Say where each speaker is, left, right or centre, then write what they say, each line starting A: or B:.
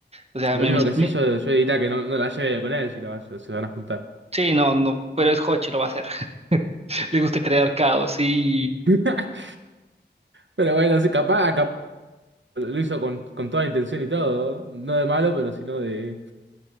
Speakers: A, on the right; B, on the right.
A: O sea,
B: Lo
A: mi,
B: único
A: amist-
B: que sí
A: mi-
B: yo, yo diría que no, no la lleve con él si la va- se van a juntar.
A: sí, no, no, pero es Hochi, lo va a hacer. <laughs> Le gusta crear caos, sí.
B: <laughs> Pero bueno, sí, capaz, capaz lo hizo con, con toda la intención y todo. No de malo, pero sino de,